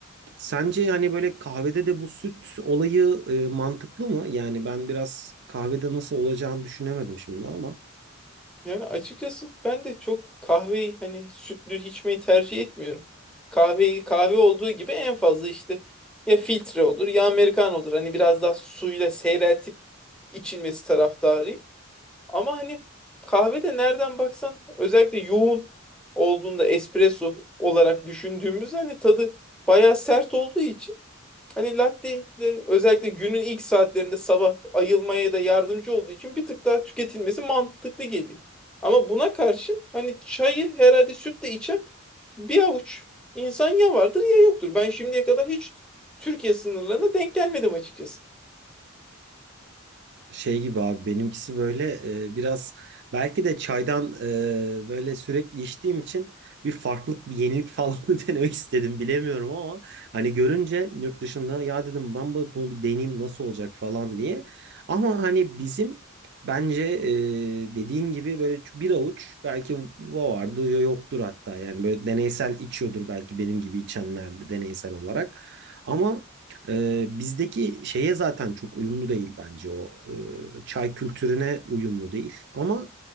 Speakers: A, on the right; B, in the centre.
A: Sence yani böyle kahvede de bu süt olayı e, mantıklı mı? Yani ben biraz kahvede nasıl olacağını düşünemedim şimdi ama.
B: Yani açıkçası ben de çok kahveyi hani sütlü içmeyi tercih etmiyorum. Kahveyi kahve olduğu gibi en fazla işte ya filtre olur ya Amerikan olur. Hani biraz daha suyla seyreltip içilmesi taraftarıyım. Ama hani kahvede nereden baksan özellikle yoğun olduğunda espresso olarak düşündüğümüz hani tadı bayağı sert olduğu için hani latte de özellikle günün ilk saatlerinde sabah ayılmaya da yardımcı olduğu için bir tık daha tüketilmesi mantıklı geliyor. Ama buna karşın hani çayı herhalde sütle içen bir avuç insan ya vardır ya yoktur. Ben şimdiye kadar hiç Türkiye sınırlarına denk gelmedim açıkçası.
A: Şey gibi abi benimkisi böyle e, biraz belki de çaydan e, böyle sürekli içtiğim için bir farklılık bir yenilik falan <laughs> mı denemek istedim bilemiyorum ama hani görünce yurt dışında ya dedim ben bu- bunu bir deneyeyim nasıl olacak falan diye. Ama hani bizim bence e, dediğin gibi böyle bir avuç belki o vardı ya yoktur hatta yani böyle deneysel içiyordur belki benim gibi içenler de deneysel olarak. Ama ee, bizdeki şeye zaten çok uyumlu değil bence o. Ee, çay kültürüne uyumlu değil. Ama